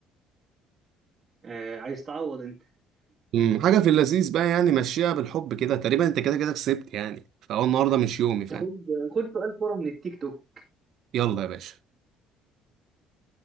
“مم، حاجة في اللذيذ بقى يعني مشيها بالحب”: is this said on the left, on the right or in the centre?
Right